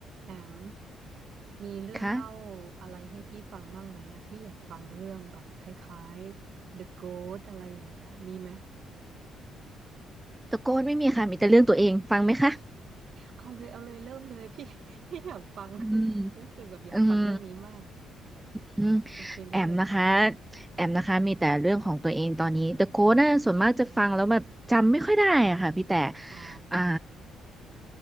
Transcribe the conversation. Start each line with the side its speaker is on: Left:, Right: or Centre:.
Right: แอมมีเรื่องเล่า
Centre: คะ
Right: อะไรให้พี่ฟังบ้างไหมอะพี่อยากฟังเรื่องแบบคล้ายๆ The Ghost อะไรอย่างเงี้ยมีไหม
Centre: ตะโกนไม่มีค่ะมีแต่เรื่องตัวเองฟังไหมคะ
Right: เอาเลยเอาเลยเริ่มเลย <laughs> พี่ <laughs> พี่อยากฟัง <laughs>
Centre: อืม
Right: รู้สึกแบบอยากฟังเรื่องนี้มาก
Centre: อืมอืม
Right: โอเคเริ่มเลยค่ะ
Centre: แอมนะคะแอมนะคะมีแต่เรื่องของตัวเองตอนนี้ The Code น่ะส่วนมากจะฟังแล้วแบบจำไม่ค่อยได้อะค่ะพี่แต่
Right: อ๋อ
Centre: อ่า